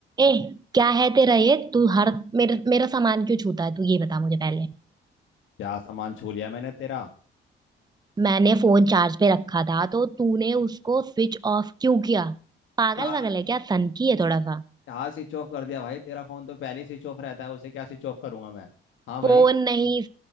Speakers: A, on the right; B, on the left.
A: ए क्या है तेरा ये तू हर मेरा मेरा सामान क्यों छूता है तू ये बता मुझे पहले
B: क्या सामान छू लिया मैंने तेरा
A: मैंने फोन चार्ज पे रखा था तो तूने उसको स्विच ऑफ क्यों किया पागल
B: क्या
A: वागल है क्या सनकी है थोड़ा सा
B: क्या स्विच ऑफ कर दिया भाई तेरा फोन तो पहले ही स्विच ऑफ रहता है उसे क्या स्विच ऑफ करूंगा मैं हाँ भाई
A: फोन नहीं